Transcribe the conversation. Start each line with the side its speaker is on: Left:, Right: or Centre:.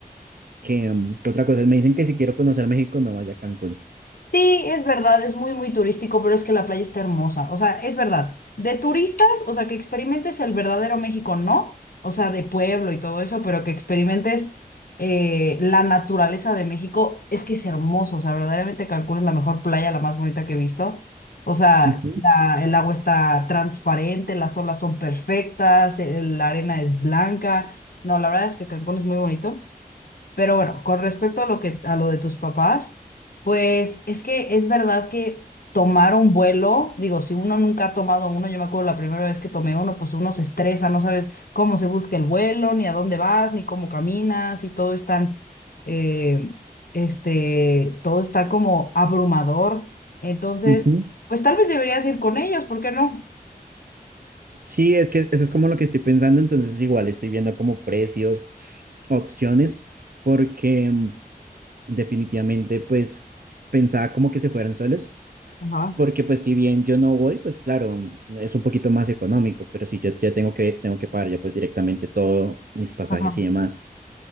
Right: que, mm, que otra cosa. Me dicen que si quiero conocer México, no vaya a Cancún.
Left: Sí, es verdad, es muy, muy turístico, pero es que la playa está hermosa. O sea, es verdad. De turistas, o sea, que experimentes el verdadero México, no. O sea, de pueblo y todo eso, pero que experimentes eh, la naturaleza de México, es que es hermoso. O sea, verdaderamente Cancún es la mejor playa, la más bonita que he visto. O sea,
Right: Ujú,
Left: la- el agua está transparente, las olas son perfectas, eh, la arena es blanca. No, la verdad es que Cancún es muy bonito. Pero bueno, con respecto a lo que, a lo de tus papás, pues es que es verdad que tomar un vuelo, digo, si uno nunca ha tomado uno, yo me acuerdo la primera vez que tomé uno, pues uno se estresa, no sabes cómo se busca el vuelo, ni a dónde vas, ni cómo caminas, y todo es tan, eh, este, todo está como abrumador. Entonces,
Right: ujú.
Left: pues tal vez deberías ir con ellos, ¿por qué no?
Right: Sí, es que eso es como lo que estoy pensando. Entonces, igual estoy viendo como precios, opciones, porque mm, definitivamente, pues, pensaba como que se fueran solos.
Left: Ajá,
Right: Porque pues si bien yo no voy, pues claro, es un poquito más económico, pero si yo ya tengo que ir, tengo que pagar ya pues directamente todos mis pasajes
Left: ajá.
Right: y demás.